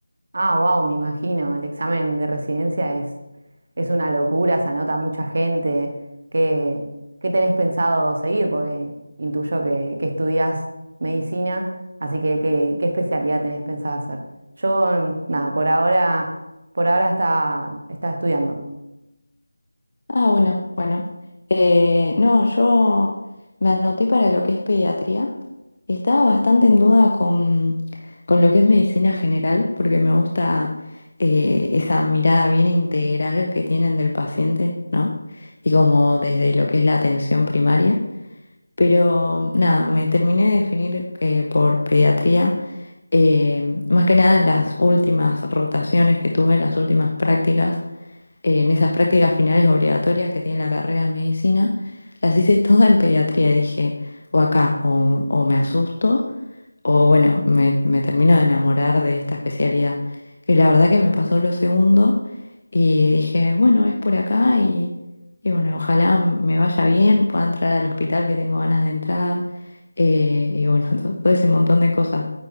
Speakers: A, on the right (about 40°); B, on the left (about 55°).
A: Ah, wow, me imagino, el examen de residencia es, es una locura, se anota mucha gente. ¿Qué, qué tenés pensado seguir? Porque intuyo que, que estudias medicina, así que ¿qué, qué especialidad tenés pensado hacer? Yo, mm, nada, por ahora, por ahora está, está estudiando.
B: Ah, bueno, bueno. Eh, no, yo me anoté para lo que es pediatría. Estaba bastante en duda con, con lo que es medicina general, porque me gusta eh, esa mirada bien integral que tienen del paciente, ¿no? Y como desde lo que es la atención primaria. Pero nada, me terminé de definir eh, por pediatría, eh, más que nada en las últimas rotaciones que tuve, en las últimas prácticas, en esas prácticas finales obligatorias que tiene la carrera de medicina, las hice todas en pediatría y dije, o acá, o o me asusto o bueno, me, me termino de enamorar de esta especialidad. Y la verdad que me pasó lo segundo y dije, bueno, es por acá y, y bueno, ojalá me vaya bien, pueda entrar al hospital que tengo ganas de entrar eh, y bueno, <laughs> to- todo ese montón de cosas.